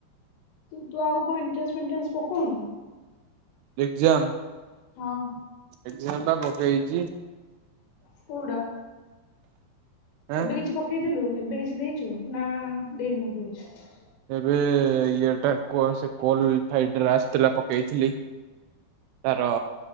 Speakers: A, on the left (about 80°); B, on the right (about 80°).
A: ତୁ, ତୁ ଆଉ କଣ ଏଣ୍ଟ୍ରାନ୍ସ ଫେଣ୍ଟ୍ରାନ୍ସ ପକଉନୁ?
B: ଏଗ୍ଜାମ୍,
A: ହଁ
B: ଏଗ୍ଜାମ୍ ପା ପକେଇଚି।
A: କୋଉଟା,
B: ଆଁ
A: ଏବେ କିଛି ପ କେଇଥିଲୁ ଏବେ କିଛି ଦେଇଛୁ ନା ଦେଇନୁ ଏବେ କିଛି?
B: ଏବେ ଇଏଟା କ ସେ କଲ୍ ରିଫାଇଟରେ ଆସିଥିଲା ପକେଇଥିଲି। ତାର